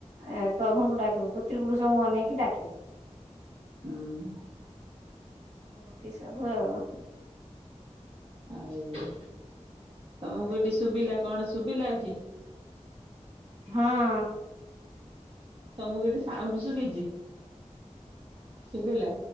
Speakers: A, on the right (about 70°); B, on the right (about 50°).
A: ଏ ପ୍ରଭୁଙ୍କୁ ଡାକିବୁ। ପୁତ୍ରିପୁରୁଷଙ୍କୁ ଅନେଇକି ଡାକିବୁ।
B: ହୁଁ
A: ଏମତି ସବୁ ଆଉ।
B: ଆଉ ତୋମକୁ ଏଠି ଶୁବିଲା କଣ ଶୁବିଲା ଏଠି?
A: ହଁ।
B: ତୋମକୁ ଏଠି ସାଉଣ୍ଡ ଶୁଭିଚି? ଶୁଭିଲା?